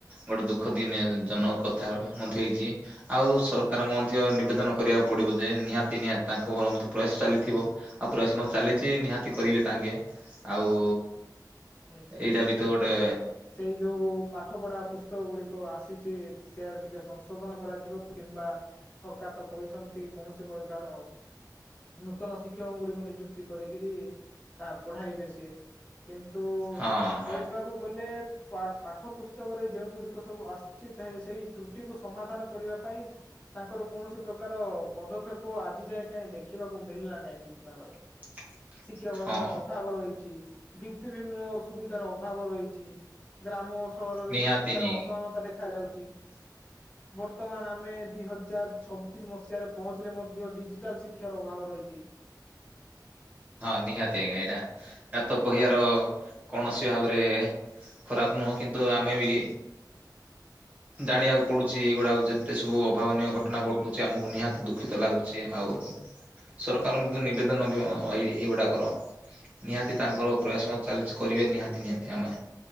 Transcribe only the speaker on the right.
ଗୋଟେ ଦୁଃଖ ଦିନେ ଜନକ କଥା ମଥେ ହେଇଛି। ଆଉ ସରକାରଙ୍କ ମଧ୍ୟ ନିବେଦନ କରିବାକୁ ପଡିବ ଯେ ନିହାତି ନିହାତି ତାଙ୍କର ମଧ୍ୟ ପ୍ରୟାସ ଚାଲିଥିବ। ଆଉ ପ୍ରୟାସ ମତ ଚାଲିଛି ନିହାତି କରିବେ ତାଙ୍କେ ଆଉ
ଏଇଟା
ବି ତ
ଗେଟେ
ହଁ ହଁ
<inaudible>
ହଁ
ନିହାତି
ନି
<inaudible>
ହଁ ନିହାତି ଆଜ୍ଞା ଏଇଟା ଏ ତ
କହିବାର କୌଣସି ଭାବରେ ଖରାପ ନୁହଁ କିନ୍ତୁ ଆମେ ବି ଜାଣିବାକୁ ପଡୁଛି ଏଇଗୁଡାକ ଯେତେ ସବୁ ଅଭାବନୀୟ ଘଟଣା ଘ ଟୁଚି ଆମକୁ
ନିହାତି ଦୁଃଖିତ ଲାଗୁଛି ଆଉ ସରକାରଙ୍କୁ ନିବେଦନ <unintelligible> ଏଇ ଏଇଗୁଡାକର ନିହାତି
ତାଙ୍କର
ପ୍ରୟାସ ଚାଲିଛି କରିବେ ନିହାତି ନିହାତି ଆମେ